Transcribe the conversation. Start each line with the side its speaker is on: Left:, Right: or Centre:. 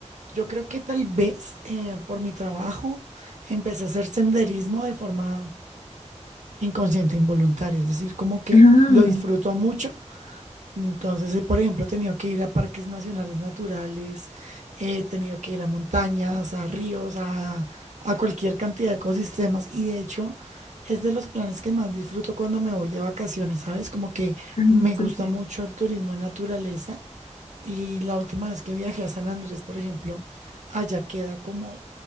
Right: yo creo que tal vez eh, por mi trabajo empecé a hacer senderismo de forma inconsciente, involuntaria. Es decir, como que
Left: Ah.
Right: lo disfruto mucho Entonces, he, por ejemplo, he tenido que ir a parques nacionales naturales, he tenido que ir a montañas, a ríos, a, a cualquier cantidad de ecosistemas. Y de hecho, es de los planes que más disfruto cuando me voy de vacaciones, ¿sabes? Como que
Left: Ay,
Right: me
Left: súper.
Right: gusta mucho el turismo en naturaleza. Y la última vez que viajé a San Andrés, por ejemplo, allá queda como,